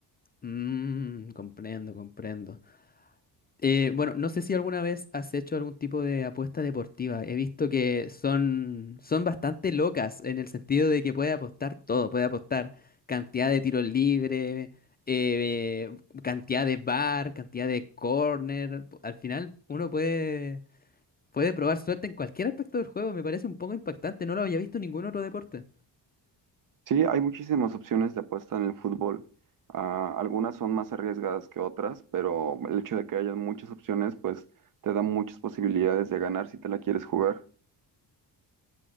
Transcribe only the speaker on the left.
Mm, comprendo, comprendo. Eh, bueno, no sé si alguna vez has hecho algún tipo de apuesta deportiva. He visto que son, son bastante locas en el sentido de que puede apostar todo, puede apostar cantidad de tiros libres, eh, cantidad de bar, cantidad de corner. Pu- Al final uno puede, puede probar suerte en cualquier aspecto del juego. Me parece un poco impactante, no lo había visto en ningún otro deporte.